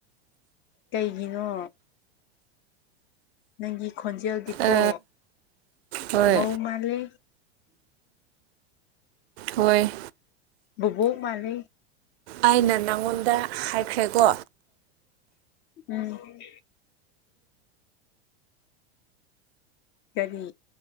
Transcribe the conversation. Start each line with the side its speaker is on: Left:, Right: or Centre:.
Left: ꯀꯩꯒꯤꯅꯣ? ꯅꯪꯒꯤ ꯈꯣꯟꯖꯦꯜꯗꯤꯀꯣ
Right: ꯑ ꯍꯣꯏ
Left: ꯃꯧ ꯃꯥꯜꯂꯦ꯫
Right: ꯍꯣꯏ
Left: ꯕꯨꯕꯣꯛ ꯃꯥꯜꯂꯦ
Right: ꯑꯩꯅ ꯅꯪꯉꯣꯟꯗ ꯍꯥꯏꯈ꯭ꯔꯦꯀꯣ
Left: ꯎꯝ ꯀꯔꯤ